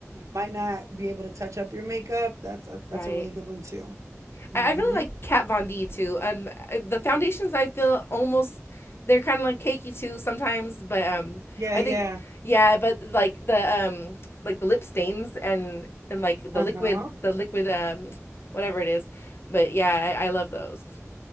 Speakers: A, on the right (about 75°); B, on the left (about 50°).
A: might not be able to touch up your makeup. That's a,
B: Right.
A: that's a really good one too. Mm-hmm.
B: I really like Kat Von D too. Um, the foundations I feel almost they're kind of like cakey too sometimes, but um,
A: Yeah,
B: I
A: yeah.
B: think yeah, but like the um, like the lip stains and and like the
A: Uh-huh.
B: liquid, the liquid um, whatever it is. But yeah, I, I love those.